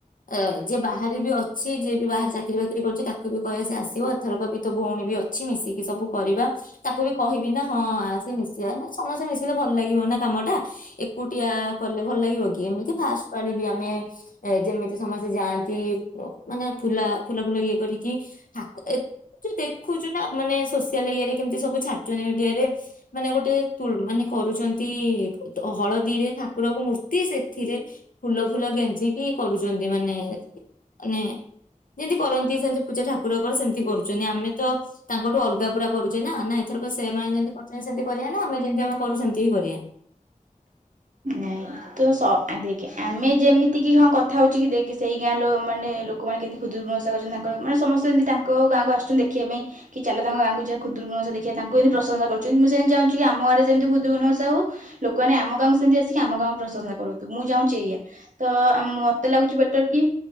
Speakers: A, on the left (about 75°); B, on the right (about 65°).
A: ଏ ଯିଏ ବାହାରେ ବି ଅଛି ଯିଏ ବି ବାହାରେ ଚାକିରରି ବାକିରି କରୁଛି ତାକୁ ବି କହିବା ସେ ଆସିବ ଏଥରକ ପ ତୋ ଭଉଣୀ ବି ଅଛି ମିଶିକି ସବୁ କରିବା ତାକୁ ବି କହିବି ନା ହଁ ସେ ମିଶିବା ସମସ୍ତେ ମିଶିଲେ ଭଲ ଲାଗିବ ନା କାମ ଟା ଏକୁଟିଆ କଲେ ଭଲ ଲାଗିବ କି ଏମିତି ଫାଷ୍ଟ ପାଳିବି ଆମେ ଯେମିତି ସମସ୍ତେ ଯାଆନ୍ତି ମାନେ ଫୁଲା ଫୁଲ ଫୁଲ ଇଏ କରିକି ଠା ଏ ଯୋଉ ଦେଖୁଛୁ ନା ମାନେ ସୋସିଆଲ ଇରେ କେମିତି ସବୁ ଛାଡୁଛନ୍ତି ମିଡିଆରେ ମାନେ ଗୋଟେ ମାନେ କରୁଛନ୍ତି ହଳଦୀରେ ଠାକୁରଙ୍କ ମୂର୍ତ୍ତି ସେଥିରେ ଫୁଲ ଫୁଲ ଗେଜିିକି କରୁ ମାନେ ମାନେ ଯେମିତି କରନ୍ତି ସେମତି ପୂଜା ଠାକୁରଙ୍କର ସେମିତି କରୁଛନ୍ତି ଆମେ ତ ତାଙ୍କଠୁ ଅଲଗା ପୁରା କରୁଛେ ନା ନା ଏଥରକ ସେମାନେ ଯେମିତି କରୁଛନ୍ତି ସେମତି କରିବା ନା ଆମେ ଯେମତି ଆମେ କରୁ ସେମିତି ହି କରିବା
B: ନାଇଁ ତ ଦେଖେ ଆମେ ଯେମିତି ଏତିକି ହଁ କଥା ହଉଛି କି ସେଇ ଗାଁ ଲ ମାନେ ଲୋକମାନେ କେମିତି ଖୁକୁୁଣସା କରଛନ୍ତି ତାଙ୍କ ମାନେ ସମେମତି ତାଙ୍କ ଗାଁକୁ ଆସୁଛନ୍ତି ଦେଖିବା ପାଇଁ କି ଚାଲ ତା ଗାଁକୁ ଯାହା ଖୁଦୁଣସା ଦେଖିବା ତାଙ୍କୁମିତି ପ୍ରଶଂା କରୁଛନ୍ତି ମୁଁ ସେମତି ଚାହୁଁଛି କି ଆମ ଗାଁରେ ଯେମିତିୁଣସା ହଉ ଲୋକମାନେ ଆମ ଗାଁକୁ ସେମତି ସେ କି ଆମ ଗାଁକୁ ପ୍ରଶଂସା କରୁୁ ମୁଁ ଯାଉଛି ଏଇା ତ ମତେ ଲାଗୁଛି ବେଟର କି